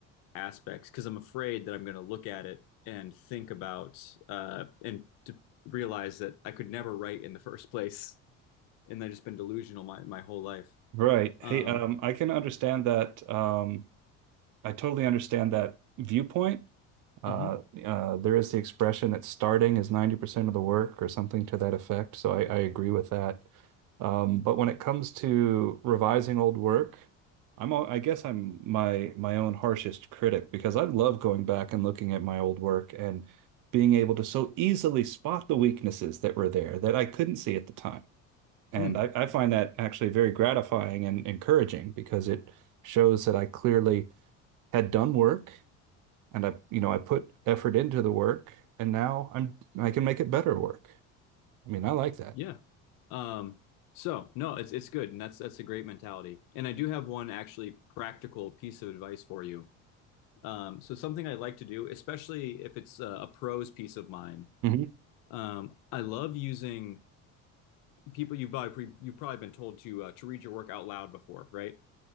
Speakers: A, on the left; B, on the right.
A: aspects because I'm afraid that I'm going to look at it and think about uh, and to realize that I could never write in the first place, and I've just been delusional my my whole life.
B: Right. Hey,
A: Um,
B: um, I can understand that. Um, I totally understand that viewpoint. Uh,
A: mhm,
B: uh, there is the expression that starting is 90% of the work or something to that effect. So I, I agree with that. Um, but when it comes to revising old work, I'm, al- I guess I'm my my own harshest critic because I love going back and looking at my old work and being able to so easily spot the weaknesses that were there that I couldn't see at the time. And
A: mm,
B: I, I find that actually very gratifying and encouraging because it shows that I clearly had done work and I, you know, I put effort into the work, and now I'm I can make it better work. I mean, I like that.
A: yeah. Um, so no, it's it's good, and that's that's a great mentality. And I do have one actually practical piece of advice for you. Um, so something I like to do, especially if it's a, a prose piece of mine,
B: Mhm.
A: um, I love using people you've probably you've probably been told to uh, to read your work out loud before, right?